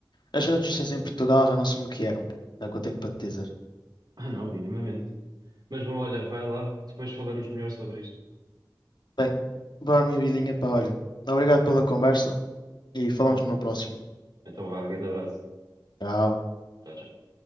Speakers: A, on the left; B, on the right.
A: as redes sociais em Portugal já não são o que eram, pá. É o que eu tenho para te dizer.
B: Ah, não, minimamente. Mas bom, olha, vai lá, depois falamos melhor sobre isto.
A: Bem, vá à minha vidinha, pá, olha. Obrigado pela conversa e falamos
B: Força.
A: numa próxima.
B: Então vá, grande abraço.
A: Tchau.
B: Tchau, tchau.